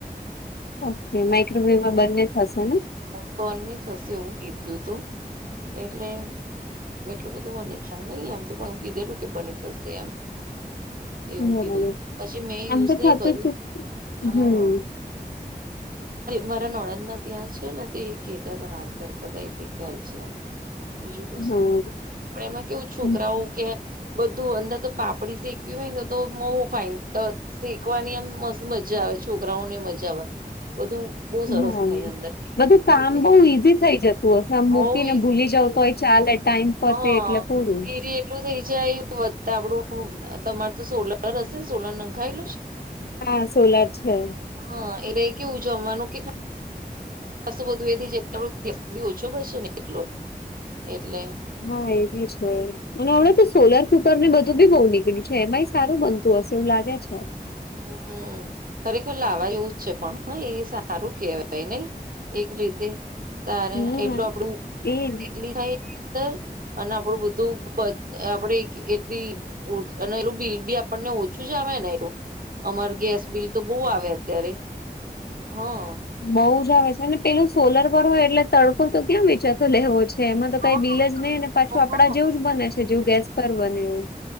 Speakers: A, on the left; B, on the right.
A: ઓકે માઈક્રોવેવમાં બંને થશે ને
B: કોણને થશે એવું કીધું હતું એટલે એટલું બધું મને ખ્યાલ નહી એમ તો પણ હું કીધેલું કે બની થશે એમ એવું
A: બરાબર
B: કીધું તું હજી મેં
A: આમ
B: યુઝ
A: તો
B: નહી
A: થતું
B: કર્યું
A: જ
B: હા
A: હમ
B: મારા નોળંદ ના ત્યાં છે ને તે કેહેતા હતા વાત કરતા હતા એટલે ખ્યાલ છે એમ બીજું કશું
A: હા
B: નહી પણ એમાં કેવું છોકરાઓ
A: હમ
B: કે બધું અંદર તો પાપડી શેકવી હોય તો તો મોવું ફાય તો શીખવાની એમ મસ્ત મજા આવે છોકરાઓને મજા આવે બધું બહુ સરસ
A: હા
B: થાય અંદર
A: બધું
B: એ
A: કામ
B: બધી
A: બહુ ઈઝી થઈ જતું હશે આમ
B: બઉ
A: મૂકીને
B: ઈઝી
A: ભૂલી જાવ તો હોય ચાલે ટાઈમ પતે
B: હા
A: એટલે પૂરું
B: એ એટલું થઈ જાય વધતા આપડું તમાર તો સોલર હશે ને સોલર નંખાયેલું છે
A: હા સોલાર છે
B: હા એટલે એ કેવું જમવાનું કે સ્તું બધું એ થ બી ઓછો બશે ને એટલો એટલે
A: હા એ બી છે અને હમણાં તો સોલાર કુકર ને
B: હમ
A: બધું બી બહુ ની બેલું છે એમાંઈ સારું બનતું હશે એવું લાગે છે
B: હમ ખરેખર લાવવા જેવું જ છે પણ હ એ સારું કેવાય નહી એક રીતે તારે
A: હમ
B: એટલું આપડું
A: એજ
B: એટ થાય અને આપડું બધું આપે એટલી અને એલું બિલ બી આપણને ઓછું જ આવે ને અમાર ગેસ બિલ તો બહુ આવે અત્યારે હા.
A: બઉ જ આવે છે અને પેલું સોલર પર હોય એટલે તડકો તો ક્યાં વેચાતો લેવો જ. છે એમાં તો
B: હ
A: કઈ બિલ જ નહીં ને પાછું
B: હ હ
A: આપડા જેવું જ બને છે જેવું ગેસ પર બને એવું.